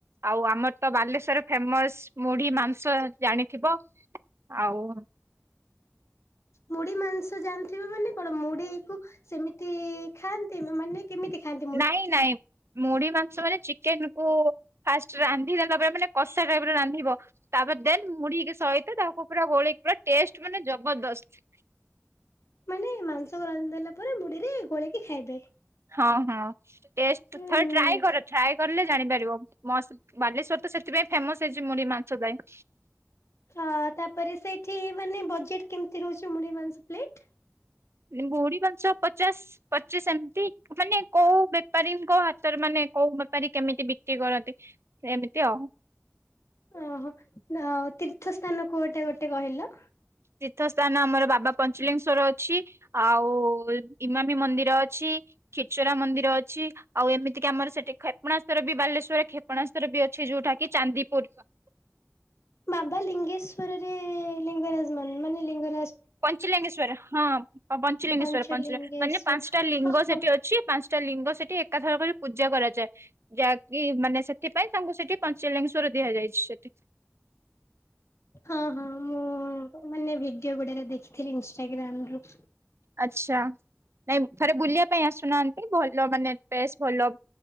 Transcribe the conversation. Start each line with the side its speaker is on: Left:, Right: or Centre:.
Right: ଆଉ ଆମର ତ ବାଲେଶ୍ଵର ଫେମସ୍ ମୁଢି ମାସ୍‌ ସାର୍‌ ଜାଣିଥିବ ଆଉ।
Left: ମୁଢି ମାଂସ ଜାଣିଥିବ ମାନେ କଣ ମୁଢିକୁୁ ସେମିତି ଖାଆନ୍ତି ମାନେ କେମିତି ଖାନ୍ତି।
Right: ନାଇଁ ନାଇଁ। ମୁଢି ମାଂସ ମାନେ ଚିକେନ କୁ ଫାଷ୍ଟ ରାନ୍ଧିବେ ପରେ ମାନେ କଷା ଟାଇପ୍ ର ରାନ୍ଧିବ। ତାପରେ ଦେନ୍ ମୁଡିକି ସହିତ ତାକୁ ପୁରା ଗୋଳଇକି ପୁରା ଟେଷ୍ଟ ମାନେ ଜବରଦସ୍ତ।
Left: ମାନେ ମାଂସ ରାନ୍ଧିଦେଲା ପରେ ମୁଢିରେ ଗୋଳେଇକି ଖାଇବେ।
Right: ହଁ ହଁ ଟେଷ୍ଟ
Left: ହୁଁ
Right: ଥରେ ଟ୍ରାଏ କର ଟ୍ରାଏ କଲେ ଜାଣିପାରିବ। ମସ୍ତ ବାଲେଶ୍ୱର ତ ସେଥିପାଇଁ ଫେମସ୍ ହେଇଛି ମୁଢିମାଂସ ପାଇଁ।
Left: ହଁ ତାପରେ ସେଇଠି ମାନେ ବଜେଟ୍ କେମିତି ରହୁଛି ମୁଡି ମାଂସ ପ୍ଲେଟ।
Right: ବୁଡି ମାଂସ ପଚାଶ୍ ପଚିଶ୍ ଏମିତି ମାନେ କୋଉ ବେପାରୀଙ୍କ ହାତରେ ମାନେ କୋଉ ବେପାରୀ କେମିତି ବିକ୍ରି କରନ୍ତି ଏମିତି ଆଉ।
Left: ଓହୋ ଯାଆ ହଉ ତୀର୍ଥ ସ୍ଥାନ କୁ ଗୋଟେ ଗୋଟେ କହିଲ।
Right: ତୀର୍ଥ ସ୍ଥାନ ଆମର ବାବା ପଞ୍ଚଲିଙ୍ଗେଶ୍ଵର ଅଛି। ଆଉ ଇମାମି ମନ୍ଦିର ଅଛି। ଖିଚରା ମନ୍ଦିର ଅଛି ଆଉ ଏମିତି କି ଆମର ସେଠି କ୍ଷେପଣାସ୍ତର ବି ବାଲେଶ୍ଵର କ୍ଷେପ୍ କ୍ଷେପଣାସ୍ତର ବି ଅଛି ଯୋଉଟା କିି ଚାନ୍ଦିପୁର।
Left: ବାବା ଲିଙ୍ଗେଶ୍ଵରରେ ଲିଙ୍ଗରାଜମାନ୍‌ ମାନେ ଲିଙ୍ଗର
Right: ପଞ୍ଚଲିଙ୍ଗେଶ୍ଵର ହଁ ପଞ୍ଚଲିଙ୍ଗେଶ୍ଵର
Left: ପଞ୍ଚଲିଙ୍ଗେଶ୍ଵର
Right: ପଞ୍ଚ ମାନେ ପାଞ୍ଚଟା ଲିଙ୍ଗ
Left: ହଁ ହଁ
Right: ସେଠି ଅଛି। ପାଞ୍ଚଟା ଲିଙ୍ଗ ସେଠି ଏକାଥରକରେ ପୂଜା କରାଯାଏ ଯାହାକି ମାନେ ସେଥିପାଇଁ ତାଙ୍କୁ ସେଠି ପଞ୍ଚଲିଙ୍ଗେଶ୍ଵର ଦିଆଯାଇଛି ସେଠିକ୍
Left: ହଁ ହଁ ମୁଁ ମାନେ ଭିଡିଓ ଗୁଡାକ ଦେଖିଥିଲି ଇନ୍‌ଷ୍ଟାଗ୍ରାମ ରୁ।
Right: ଆଛା ନାଇଁ ଥରେ ବୁଲିବା ପାଇଁ ଆସୁନାହାନ୍ତି ଭଲ ମାନେ ବେଶ୍ ଭଲ।